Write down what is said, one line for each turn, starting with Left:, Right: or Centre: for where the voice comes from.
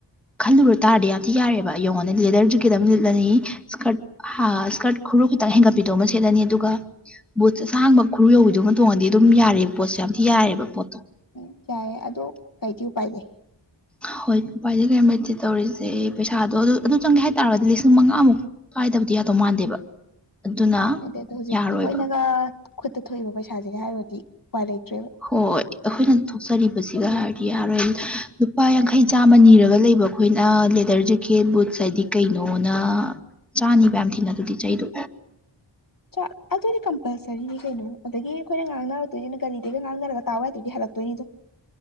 Centre: ꯈꯜꯂꯨꯔ ꯇꯥꯔꯗꯤ ꯌꯥꯔꯦꯕ ꯑꯩ ꯌꯦꯡꯉꯣꯅꯦ ꯂꯦꯗꯔ ꯖꯦꯀꯦꯠ ꯑꯃ ꯂꯤꯠꯂꯅꯤ ꯏꯁꯀꯔꯠ ꯍꯥ ꯏꯁꯀꯔꯠ ꯈꯨꯨꯔꯨ ꯈꯤꯇꯪ ꯍꯦꯟꯒꯠꯄꯤꯗꯣ ꯃ ꯁꯦꯠꯂꯅꯤ ꯑꯗꯨꯒ ꯕꯨꯠꯁ ꯑꯁꯥꯡꯕ ꯈꯨꯔꯨ ꯌꯧꯕꯤꯗꯨꯃ ꯇꯣꯡꯉꯗꯤ ꯑꯗꯨꯝ ꯌꯥꯔꯦꯕ ꯄꯣꯠꯁ ꯌꯥꯝ ꯊꯤ ꯌꯥꯔꯦꯕ ꯄꯣꯠꯇꯣ
Left: ꯎꯝ ꯌꯥꯏꯌꯦ ꯑꯗꯣ ꯀꯩꯗꯤ ꯎꯄꯥꯏ ꯂꯩꯩ
Centre: ꯍꯣꯏ ꯎꯄꯥꯏꯗꯤ ꯀꯌꯝꯂꯩꯇꯦ ꯇꯧꯔꯤꯖꯦ ꯄꯩꯁꯥꯗꯣ ꯑꯗꯨ ꯑꯗꯨ ꯆꯪꯒꯦ ꯍꯥꯏꯇꯥꯔꯗꯤ ꯂꯤꯁꯤꯡ ꯃꯉꯥꯃꯨꯛ ꯀꯥꯏꯗꯕꯗꯤ ꯌꯥꯗꯧ ꯃꯥꯟꯗꯦꯕ ꯑꯗꯨꯅ
Left: ꯌꯥꯗꯦꯗ ꯍꯧꯖꯤꯛ
Centre: ꯌꯥꯔꯣꯏꯕ
Left: ꯑꯩꯈꯣꯏꯅꯒ ꯈꯨꯠꯇ ꯊꯣꯛꯏꯕ ꯄꯩꯁꯥꯖꯤꯒ ꯍꯥꯏꯔꯨꯔꯗꯤ ꯎꯄꯥꯏ ꯂꯩꯇ꯭ꯔꯦꯕ
Centre: ꯍꯣꯏ ꯑꯩꯈꯣꯏꯅ ꯊꯣꯛꯆꯔꯤꯕꯖꯤꯒ ꯍꯥꯏꯔꯗꯤ ꯌꯥꯔꯣꯏ ꯂꯨꯄꯥ ꯌꯥꯡꯈꯩ ꯆꯥꯝꯃ ꯅꯤꯔꯒ ꯂꯩꯕ ꯑꯩꯈꯣꯏꯅ ꯂꯦꯗꯔ ꯖꯦꯀꯦꯠ ꯕꯨꯠꯁ ꯍꯥꯏꯗꯤ ꯀꯩꯅꯣꯅ ꯆꯥꯅꯤꯕ ꯌꯥꯝ ꯊꯤꯅ ꯑꯗꯨꯗꯤ ꯆꯩꯗꯣ
Left: <inaudible> ꯁꯤꯗꯤ ꯀꯝꯄꯜꯁꯔꯤꯅꯤ ꯀꯩꯅꯣ ꯑꯗꯒꯤ ꯑꯩꯈꯣꯏꯅ ꯉꯥꯡꯅꯔꯛꯇꯣꯏꯖꯤꯅ ꯀꯥꯔꯤꯗꯒꯤ ꯉꯥꯡꯅꯔꯒ ꯇꯥꯎꯌꯥꯗ꯭ꯔꯗꯤ ꯍꯜꯂꯛꯇꯣꯏꯅꯤꯗꯨꯝ